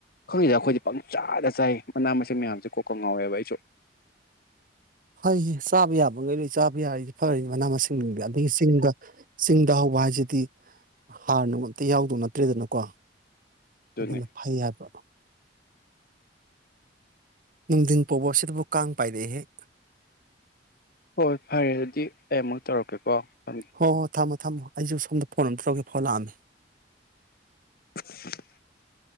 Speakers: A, on the left; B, on the right.
A: ꯈꯪꯗꯦꯗ ꯑꯩꯈꯣꯏꯗꯤ ꯄꯪꯆꯥꯗ ꯆꯥꯏ ꯃꯅꯥ ꯃꯁꯤꯡ ꯃꯌꯥꯝꯁꯦ ꯀꯣꯛꯀ ꯉꯧꯔꯦꯕ ꯑꯩꯁꯨ
B: ꯐꯩꯌꯦ ꯆꯥꯕ ꯌꯥꯕ ꯉꯩ ꯂꯩ ꯆꯥꯕ ꯌꯥꯔꯤꯗꯤ ꯐꯔꯅꯤ ꯃꯅꯥ ꯃꯁꯤꯡꯁꯤꯡꯗꯤ ꯑꯗꯒꯤ ꯆꯤꯡꯗ ꯆꯤꯡꯗ ꯍꯧꯕ ꯍꯥꯏꯁꯤꯗꯤ ꯍꯥꯔꯅ ꯑꯝꯇ ꯌꯥꯎꯗꯧ ꯅꯠꯇ꯭ꯔꯦꯗꯅꯀꯣ
A: ꯑꯗꯨꯅꯦ
B: ꯑꯗꯨꯅ ꯐꯩ ꯍꯥꯏꯕ ꯅꯨꯡꯊꯤꯟ ꯄꯣꯛꯕ ꯑꯁꯤꯗꯕꯨ ꯀꯥꯡ ꯄꯥꯏꯔꯛꯏꯍꯦꯛ
A: ꯍꯣꯏ ꯐꯔꯦ ꯑꯗꯨꯗꯤ ꯑꯩ ꯑꯃꯨꯛ ꯇꯧꯔꯛꯀꯦꯀꯣ ꯊꯝꯃꯦ
B: ꯍꯣ ꯍꯣ ꯊꯝꯃꯣ ꯊꯝꯃꯣ ꯑꯩꯁꯨ ꯁꯣꯝꯗ ꯐꯣꯟ ꯑꯝꯇ ꯇꯧꯒꯦ ꯐꯥꯎ ꯂꯥꯛꯑꯝꯃꯤ
A: <unintelligible>